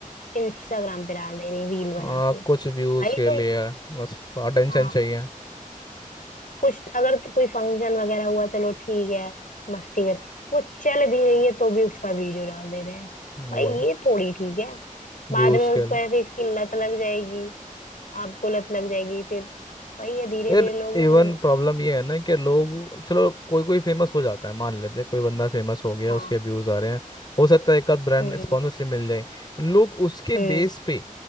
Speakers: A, on the left; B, on the left.
A: इंस्टाग्राम पे डाल दे रही रील बना
B: आ,
A: के
B: कुछ व्यूज
A: भाई
B: के
A: तुम
B: लिए बस अटेंशन
A: हाँ
B: चाहिए
A: कुछ अगर तो कोई फंक्शन वगैरह हुआ चलो ठीक है मस्ती कर वो चल भी रही है तो भी उसका वीडियो डाल दे रहे हैं
B: वही
A: भाई ये थोड़ी ठीक है बाद
B: व्यूज
A: में
B: के
A: उसको
B: लिए
A: ऐसे इसकी लत लग जाएगी आपको लत लग जाएगी फिर वही है धीरे
B: यार
A: धीरे लोग
B: इवन
A: ना जब
B: प्रॉब्लम ये है ना कि लोग चलो कोई कोई फेमस हो जाता है मान लेते हैं कोई बंदा फेमस हो गया
A: हाँ
B: उसके व्यूज आ रहे हैं हो सकता है एक आध ब्रांड
A: हम्म
B: स्पॉन्सरशिप मिल जाए लोग उसके
A: हम्म
B: बेस पे